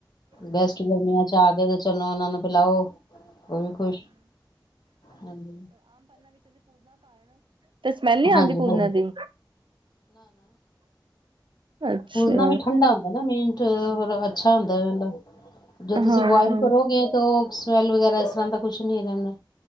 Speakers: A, on the left; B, on the right.
A: ਗੈਸਟ ਗਰਮੀਆਂ ਚ ਆ ਗਏ ਤੇ ਚਲੋ ਔਹਨਾਂ ਨੂੰ ਪਿਲਾਔ, ਔ ਵੀ ਖੁਸ਼, ਹਾਂਜੀ।
B: ਤੇ ਸਮੈਲ ਨੀ ਆਂਦੀ
A: ਹਾਂਜੀ
B: ਪੁਦਨੇ
A: ਹਾਂਜੀ
B: ਦੀ ਅੱਛਾ
A: ਪੁਦਨਾ ਵੀ ਠੰਡਾ ਹੁੰਦਾ ਏ ਨਾ ਮੇਨ ਤੇ ਹੋਰ ਅੱਛਾ ਹੁੰਦੈ ਇਹ ਮਤਲਬ ਜੋ
B: ਹਾਂ
A: ਤੁਸੀ ਬੁਆਇਲ
B: ਹਾਂ
A: ਕਰੋਗੇ ਤੋ ਸਮੈਲ ਵਗੈਰਾ ਇਸ ਤਰ੍ਹਾਂ ਦਾ ਕੁਛ ਨੀ ਰਹਿੰਦਾ।